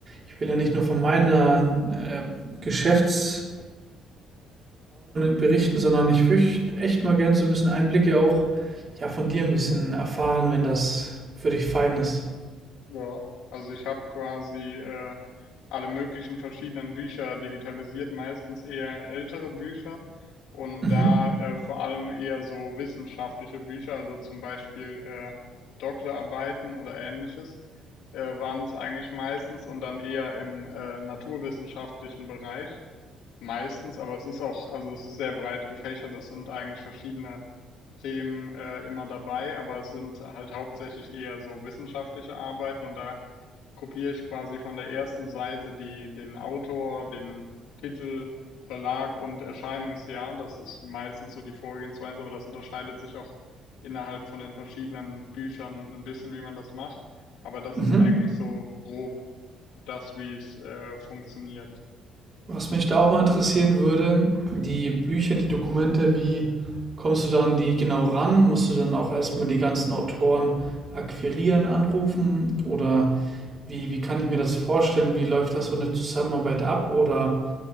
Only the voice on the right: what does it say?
Ich will ja nicht nur von meiner äh, Geschäftserfahrung berichten, sondern ich würde echt mal gern so ein bisschen Einblicke auch ja, von dir ein bisschen erfahren, wenn das für dich fein ist.
Mhm.
Mhm.
Was mich da auch mal interessieren würde, die Bücher, die Dokumente, wie kommst du dann die genau ran? Musst du dann auch erstmal die ganzen Autoren akquirieren, anrufen? Oder wie, wie kann ich mir das vorstellen? Wie läuft das so eine Zusammenarbeit ab? Oder